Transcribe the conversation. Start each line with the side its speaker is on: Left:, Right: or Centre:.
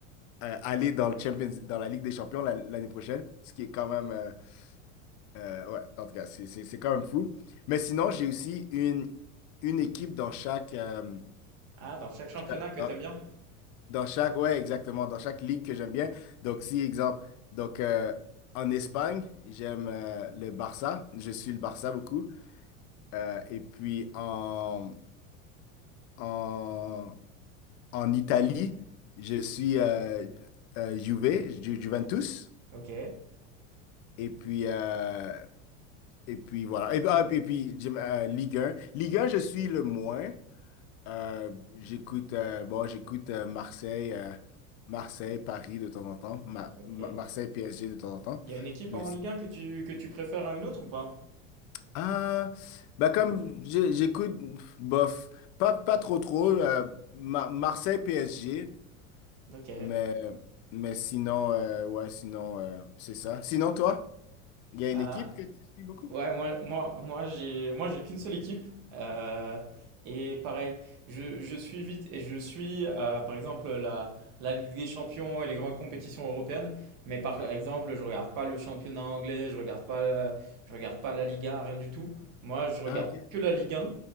Left: euh, aller dans le Champions, dans la Ligue des Champions la- l'année prochaine, ce qui est quand même. euh, Euh, ouais, en tout cas, c'est c'est- c'est quand même fou. Mais sinon, j'ai aussi une, une équipe dans chaque, euh,
Right: Ah, dans chaque championnat
Left: chaque-
Right: que
Left: dans,
Right: t'aimes bien?
Left: dans chaque, ouais, exactement, dans chaque ligue que j'aime bien. Donc, si, exemple, donc, euh, en Espagne, j'aime euh, le Barça. Je suis le Barça beaucoup. Euh, et puis, en, en, en Italie, je suis euh, euh, Juve, Ju- Juventus.
Right: Ok.
Left: Et puis, euh, et puis voilà. Et, ah, et puis, j'aime, euh, Ligue un Ligue 1, je suis le moins. Euh, j'écoute euh, bon, j'écoute euh, Marseille, euh, Marseille, Paris de temps en temps, Ma-
Right: Ok.
Left: Ma- Marseille, PSG de temps en temps.
Right: Il y a une équipe
Left: Mais
Right: en
Left: c'est-
Right: Ligue 1 que tu, que tu préfères à une autre ou pas?
Left: ah, bah comme j'ai- j'écoute bof, pas pas trop trop euh, Ma- Marseille, PSG,
Right: Ok.
Left: mais mais sinon euh, ouais, sinon euh, c'est ça. Sinon toi, il y a une
Right: Euh,
Left: équipe que tu suis beaucoup?
Right: ouais, moi, moi, moi, j'ai, moi, j'ai qu'une seule équipe. Euh, et pareil, je, je suis vite et je suis, euh, par exemple, la, la Ligue des Champions et les grandes compétitions européennes. Mais par
Left: Ouais.
Right: exemple, je regarde pas le championnat anglais, je regarde pas, euh, je regarde pas la Liga, rien du tout. Moi, je regarde
Left: Ah ok.
Right: que la Ligue 1